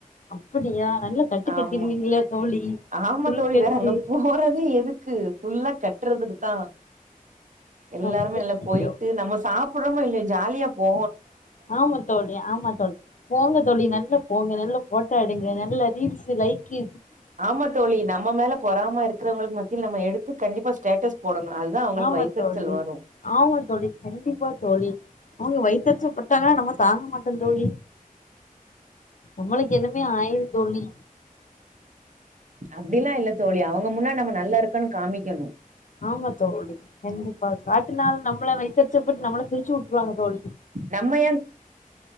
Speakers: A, on the left; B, on the right.
A: அப்படியா நல்லா கட்டு கட்டிருவீங்களா
B: ஆமா
A: தோழி
B: ஆமா
A: உள்கட்டு
B: தோழி வேற அங்க போறதே எதுக்கு ஃபுல்லா கட்டுறதுக்கு தான் எல்லாருமே
A: அப்படியோ
B: நல்ல போயிட்டு நம்ம சாப்பிடறோமோ இ ஜாலியா போ
A: ஆமா தோழி ஆமா தோழி போங்க தோழி நல்ல போங்க நல்ல போட் காடிங்க நல்ல ரீல்ஸு லைக்கி
B: ஆமா தோழி நம்ம மேல பொறாமருக்றவுங்ளுக்கு மத்தில நம்ம எடு து கண்டிப்பா ஸ்டேட்டஸ் போடணு அதுதா அவங்களுக்கு
A: ஆமா
B: வைத்தெரிச்சல்
A: தோழி
B: வரு
A: ஆமா தோழி கண்டிப்பா தோழி அவுங்க வைத்தெருச்சல் பட்டாங்கனா நம்ம தாங்க மாட்டோ தோழி நம்மளுக்கு என்னமே ஆயிரு தோழி
B: அப்டிலா இல்ல தோழி அவுங்க முன்னாடி நம்ம நல்லாருக்கனு காமிக்கணு
A: ஆமா தோழி கண்டிப்பா காட்டுனா நம்மள வைத்தெருச்ச பட்டு நம்மள பிருச்சுட்ருவாங்க தோழி
B: நம்ம